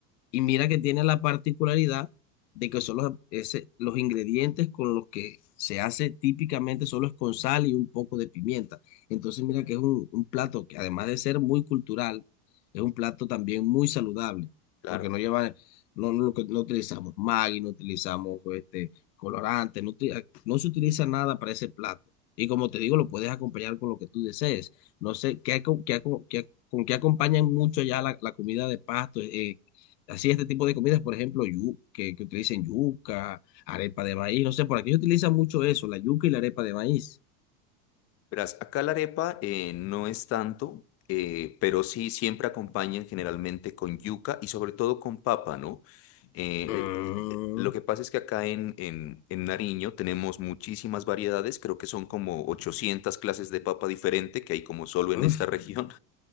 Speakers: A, on the left (about 85°); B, on the left (about 30°).
A: Y mira que tiene la particularidad de que son los, ese- los ingredientes con los que se hace típicamente solo es con sal y un poco de pimienta. Entonces mira que es un, un plato que además de ser muy cultural, es un plato también muy saludable,
B: Claro.
A: porque no lleva, no, no, lo que- no utilizamos Maggi, no utilizamos este, colorante, no, uti- no se utiliza nada para ese plato. Y como te digo, lo puedes acompañar con lo que tú desees. No sé, ¿qué, aco- qué, aco- qué- con qué acompañan mucho ya la, la comida de pasto? eh, así este tipo de comidas, por ejemplo, yu- que, que utilicen yuca, arepa de maíz, no sé, por aquí se utiliza mucho eso, la yuca y la arepa de maíz.
B: Verás, acá la arepa eh, no es tanto, eh, pero sí siempre acompañan generalmente con yuca y sobre todo con papa, ¿no? Eh,
A: Mm,
B: eh, eh, lo que pasa es que acá en, en, en Nariño tenemos muchísimas variedades, creo que son como 800 clases de papa diferente que hay como solo en
A: uf,
B: esta región.